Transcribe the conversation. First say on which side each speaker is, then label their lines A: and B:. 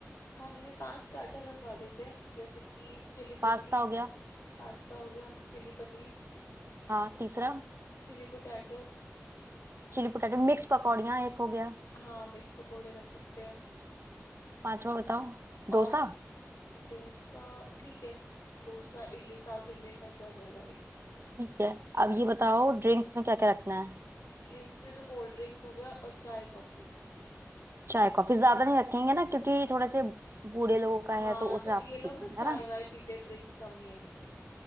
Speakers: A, on the left (about 85°); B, on the right (about 50°).
A: खाने में पांच स्टार्टर रखवा देते हैं जैसे कि चिली
B: पास्ता
A: पनीर
B: हो गया
A: पास्ता हो गया चिली पनीर
B: हाँ तीसरा
A: Chilli potato
B: चिली पोटैटो मिक्स पकौड़ियाँ एक हो गया
A: हाँ मिक्स पकोड़े रख सकते हैं
B: पांचवा बताओ डोसा
A: और डोसा ठीक है Dosa idli South Indian touch आ जाएगा एक
B: ठीक है अब
A: हम्म
B: ये बताओ ड्रिंक्स में क्या क्या रखना है
A: ड्रिंक्स में तो कोल्ड ड्रिंक्स हो गया और चाय कॉफी
B: चाय कॉफी ज्यादा नहीं रखेंगे ना क्योंकि थोड़े से बूढ़े लोगों का
A: हाँ
B: है तो उस
A: तो
B: हिसाब
A: ये
B: से
A: लोग
B: चीजें
A: ना चाय
B: है ना
A: वाय पीते ड्रिंक्स कम ही है इनकी